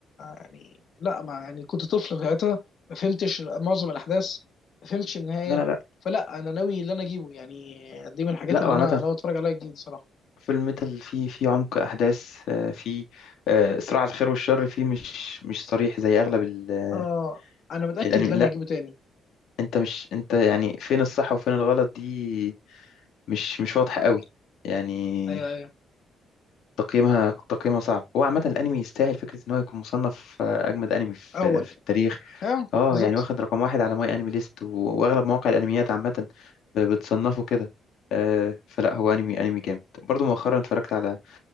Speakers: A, on the left; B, on the left.
A: يعني لا ما يعني كنت طفل ساعتها ما فهمتش معظم الاحداث ما فهمتش النهايه
B: لا لا لا
A: فلا انا ناوي اللي انا اجيبه يعني دي من الحاجات
B: لا
A: اللي
B: وعامة
A: انا ناوي اتفرج عليها جديد صراحه
B: فيلم ميتال فيه فيه عمق أحداث آه، فيه آه، صراع الخير والشر فيه مش مش صريح زي أغلب ال- آه،
A: اه انا متاكد
B: الأنمي
A: ان
B: لا
A: انا هجيبه تاني
B: أنت مش أنت يعني فين الصح وفين الغلط دي مش مش واضحة قوي يعني
A: ايوه ايوه
B: تقييمها تقييمها صعب هو عامة الأنمي يستاهل فكرة إن هو يكون مصنف آه، أجمد أنمي في
A: اول
B: في التاريخ
A: اه
B: اه
A: بالظبط
B: يعني واخد رقم واحد على ماي أنمي ليست وأغلب مواقع الأنميات عامة ب- بتصنفه كده آه، فلا هو أنمي أنمي جامد برضو مؤخرا اتفرجت على